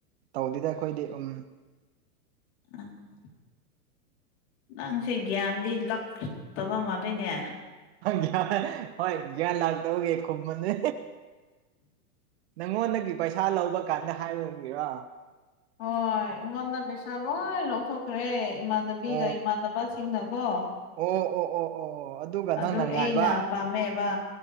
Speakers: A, on the right (about 45°); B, on the left (about 45°).
A: ꯇꯧꯗꯦꯗ ꯑꯩꯈꯣꯏꯗꯤ ꯎꯝ
B: <unintelligible> ꯅꯪꯁꯦ ꯒ꯭ꯌꯥꯟꯗꯤ ꯂꯛꯇꯕ ꯃꯥꯜꯂꯤꯅꯦ
A: ꯒ꯭ꯌꯥꯟ ꯍꯣꯏ ꯒ꯭ꯌꯥꯟ ꯂꯥꯛꯇꯕꯒꯦ ꯈꯨꯝꯕꯅꯦ ꯅꯪꯉꯣꯟꯗꯒꯤ ꯄꯩꯁꯥ ꯂꯧꯕ ꯀꯥꯟꯗ ꯍꯥꯏꯔꯝꯒꯦꯔ
B: ꯍꯣꯏ ꯑꯩꯉꯣꯟꯗ ꯄꯩꯁꯥ ꯂꯣꯏ ꯂꯧꯊꯣꯛꯈ꯭ꯔꯦ ꯏꯃꯥꯟꯅꯕꯤꯒ
A: ꯑꯣ
B: ꯏꯃꯥꯟꯅꯕꯁꯤꯡꯅꯀꯣ
A: ꯑꯣ ꯑꯣ ꯑꯣ ꯑꯣ ꯑꯣ ꯑꯗꯨꯒ
B: ꯑꯗꯨ
A: ꯅꯪꯅ ꯉꯥꯏꯕ
B: ꯑꯩꯅ ꯄꯥꯝꯃꯦꯕ